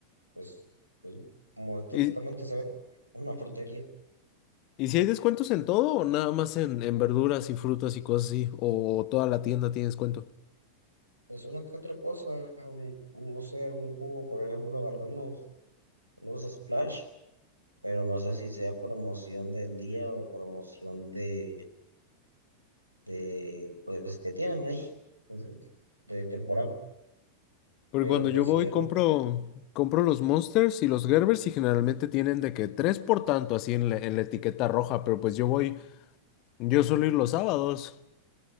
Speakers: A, on the right; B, on the left.
A: pues, pues, como estéticamente
B: ¿Y,
A: se ve una frutería.
B: ¿Y si hay descuentos en todo o nada más en, en verduras y frutas y cosas así? ¿O toda la tienda tiene descuento?
A: Pues una que otra cosa, mm, no sé, algún jugo, por ejemplo, agarré unos, unos Splash, pero no sé si sea promoción del día o promoción de, de pues, que tienen ahí, pues, de temporal.
B: Porque
A: Pero
B: cuando
A: pues
B: yo voy
A: sí,
B: compro, compro los Monsters y los Gerbers y generalmente tienen de que tres por tanto así en la, en la etiqueta roja, pero pues yo voy, yo suelo ir los sábados.